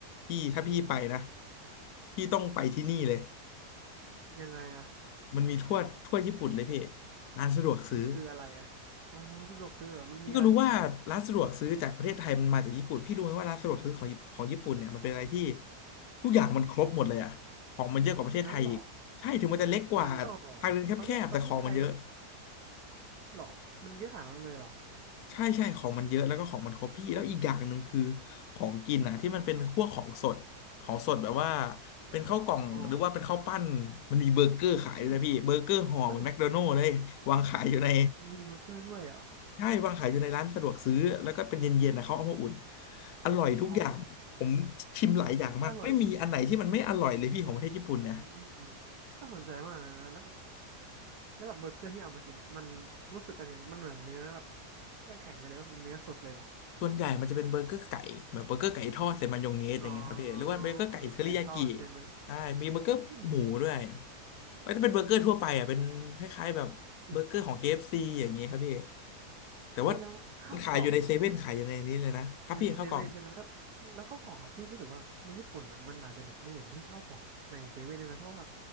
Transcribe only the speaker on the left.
พี่ถ้าพี่ไปนะพี่ต้องไปที่นี่เลย
มันมีทั่วทั่วญี่ปุ่นเลยพี่ร้านสะดวกซื้อ
พี่ก็รู้ว่าร้านสะดวกซื้อจากประเทศไทยมันมาจากญี่ปุ่นพี่รู้ไหมว่าร้านสะดวกซื้อของของญี่ปุ่นเนี่ยมันเป็นอะไรที่ทุกอย่างมันครบหมดเลยอะของมันเยอะกว่าประเทศไทยอีกใช่ถึงมันจะเล็กกว่า
ทางเดินแคบๆแต่ของมันเยอะ
ใช่ใช่ของมันเยอะแล้วก็ของมันครบพี่แล้วอีกอย่างหนึ่งคือของกินนะที่มันเป็นพวกของสดของสดแบบว่าเป็นข้าวกล่องหรือว่าเป็นข้าวปั้นมันมีเบอร์เกอร์ขายด้วยนะพี่เบอร์เกอร์ห่อเหมือนแมคโดนัลด์เลยวางขายอยู่ใน
ใช่วางขายอยู่ในร้านสะดวกซื้อแล้วก็เป็นเย็นๆนะเขาเอามาอุ่นอร่อยทุกอย่างผมชิมหลายอย่างมากไม่มีอันไหนที่มันไม่อร่อยเลยพี่ของประเทศญี่ปุ่นนะ
ส่วนใหญ่มันจะเป็นเบอร์เกอร์ไก่แบบเบอร์เกอร์ไก่ทอดใส่มายองเนสอย่างเงี้ยครับพี่หรือว่าเบอร์เกอร์ไก่เทอริยากิ
ใช่มีเบอร์เกอร์หมูด้วย
มันจะเป็นเบอร์เกอร์ทั่วไปอ่ะเป็นคล้ายๆแบบเบอร์เกอร์ของ
KFC อฟซีอย่างงี้ครับพี่แต่ว่า
มันขายอยู่ในเซเว่นขายอยู่ในนี้เลยนะครับพี่ข้าวกล่อง